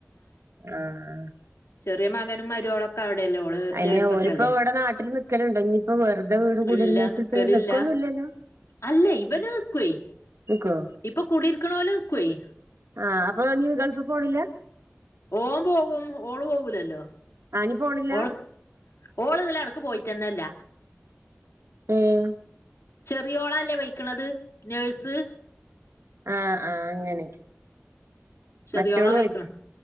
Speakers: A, on the right; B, on the left.
A: ആഹ്
B: ചെറ്യേ മകനും മരോളാെക്കെവിടെല്ലേ ഓള്
A: അയ്ന്
B: നേഴ്സൊക്കെ
A: ഓലിപ്പോ
B: അല്ലേ
A: ഇവിടെ നാട്ടില് നിക്കല്ണ്ടാേ ഇഞ്ഞിപ്പോ വെർതെ വീട് കൂടിര്ന്ന്ച്ചിട്ട്
B: ഇല്ല നിക്കലില്ല
A: നിക്കൊന്നുല്ലല്ലോ
B: അല്ലേ ഇബല് നിക്ക്വേയ്
A: നിക്കോ
B: ഇപ്പ കൂടിരിക്ക്ണോല് നിക്ക്വേയ്
A: ആഹ് അപ്പൊ ഞ്ഞ് ഗൾഫ് പോണില്ലാ
B: ഓമ്പേകും ഓള് പോകൂലല്ലോ
A: ആഹ് ഞ്ഞ് പോണില്ലാ
B: ഓള് ഓള് ഇതിലെടെക്ക് പോയിറ്റെന്നെല്ല
A: ഏഹ്
B: ചെറ്യോളല്ലേ പൊയ്ക്ക്ണത് നഴ്സ്
A: ആഹ് ആഹ് അങ്ങനെ
B: ചെറ്യോള
A: മറ്റോള്
B: പോയ്ക്ക്ണെ
A: പോയിട്ട്